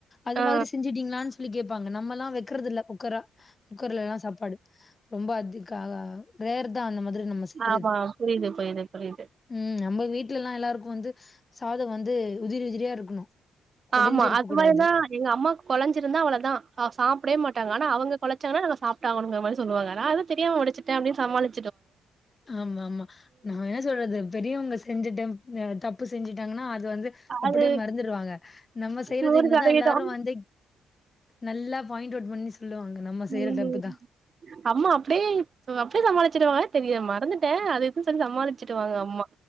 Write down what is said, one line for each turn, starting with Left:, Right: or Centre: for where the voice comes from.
Left: அது
Right: ஆ
Left: மாதிரி செஞ்சுட்டீங்களான்னு சொல்லி கேப்பாங்க நம்மல்லா வெக்குறது இல்ல குக்கரா குக்கர்லெல்லா சாப்பாடு ரொம்ப அதுக்காக ரேர் தா அந்த மாரி நம்ம செய்றது
Right: ஆமா புரியுது புரியுது புரியுது
Left: ம் நம்ம வீட் வீட்லலா எல்லாருக்கு வந்து சாதம் வந்து உதிரி உதிரியா இருக்கணு கொடஞ்சு
Right: ஆமா
Left: இருக்க
Right: அது
Left: கூடாது
Right: மாரினா எங்க அம்மாக்கு கொலைஞ்சிருந்தா அவ்ளதா சாப்டவே மாட்டாங்க ஆனா அவங்க கொலைச்சாங்கனா நாங்க சாப்ட்டு ஆவனும்னுகிற மாரி சொல்லுவங்க நா அதா தெரியாம வடுச்சிட்டே அப்டினு சமாளி
Left: ஆமா ஆமா நா என்ன சொல்றது பெரியவங்க செஞ்சுட்டே தப்பு செஞ்சுட்டாங்கன்னா அது அது வந்து அப்படியே
Right: அது
Left: மறைஞ்சுடுவாங்க நம்ம செய்றது
Right: நூறு
Left: இம்னுதா
Right: சதவீதம்
Left: எல்லாரு வந்து நல்லா பாயிண்ட் அவுட் பண்ணி சொல்லுவாங்க நம்ம செய்யற
Right: ம்
Left: தப்பு
Right: அம்மா அப்டியே த்து சமாளிச்சிட்டுவா தெரிய மறந்துட்டே அது இதுன்ன சொல்லி சமாளிச்சுடுவாங்க அம்மா